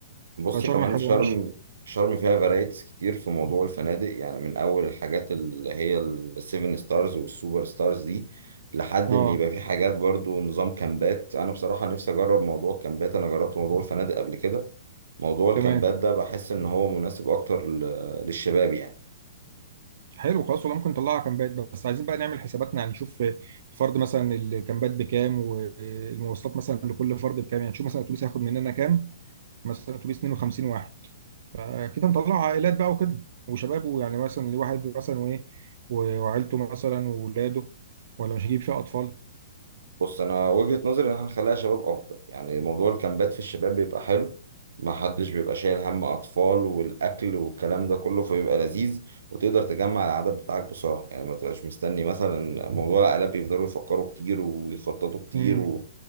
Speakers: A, on the right; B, on the right.
A: بصي
B: فشرم
A: كمان
B: حلوة
A: في شرم
B: ماشي
A: شرم فيها فرايتيز كتير في موضوع الفنادق يعني من اول الحاجات اللي هي السيفن ستارز والسوبر ستارز دي لحد
B: اه
A: ان يبقى في حاجات برضو نظام كامبات انا بصراحة نفسي اجرب موضوع الكامبات انا جربت موضوع الفنادق قبل كده موضوع الكامبات
B: تمام
A: ده بحس ان هو مناسب اكتر ل- للشباب يعني
B: حلو خلاص والله ممكن نطلعها كامبات بس عايزين بقى نعمل حساباتنا يعني نشوف الفرد مثلا الكامبات بكام والمواصلات مثلا لكل فرد بكام يعني نشوف مثلا اتوبيس هياخد مننا كام مثلا اتوبيس 52 واحد فكده نطلع عائلات بقى وكده وشباب ويعني مثلا لواحد مثلا وايه و- وعيلته مثلا وولاده ولا مش هجيب فيها اطفال
A: بص انا وجهة نظري ان احنا نخليها شباب افضل يعني موضوع الكامبات في الشباب بيبقى حلو ما حدش بيبقى شايل هم اطفال والاكل والكلام ده كله فبيبقى لذيذ وتقدر تجمع العدد بتاعك بسرعة يعني ما تبقاش مستني مثلا موضوع العائلات بيفضلوا يفكروا كتير ويخططوا كتير
B: امم
A: و...